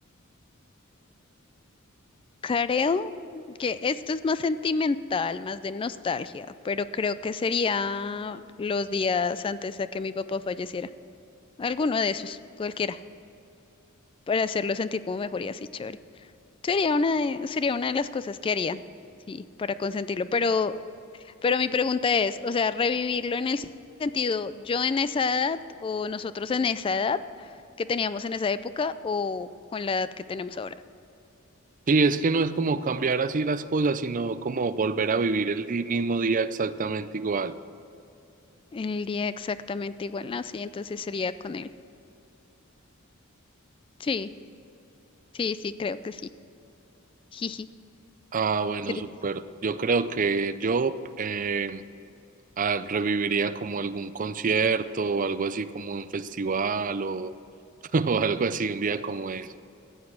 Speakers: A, on the left; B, on the right.
A: Creo que esto es más sentimental, más de nostalgia, pero creo que sería los días antes de que mi papá falleciera. Alguno de esos, cualquiera, para hacerlo sentir como mejor y así chévere. Sería una de, sería una de las cosas que haría, sí, para consentirlo. Pero, pero mi pregunta es, o sea, revivirlo en el sentido, yo en esa edad o nosotros en esa edad que teníamos en esa época o con la edad que tenemos ahora.
B: Sí, es que no es como cambiar así las cosas, sino como volver a vivir el di- mismo día exactamente igual.
A: El día exactamente igual, ¿no? Sí, entonces sería con él. Sí, sí, sí, creo que sí. Jiji.
B: Ah, bueno,
A: sería-
B: súper. Yo creo que yo eh, ah, reviviría como algún concierto o algo así como un festival o, <laughs> o algo así, un día como ese.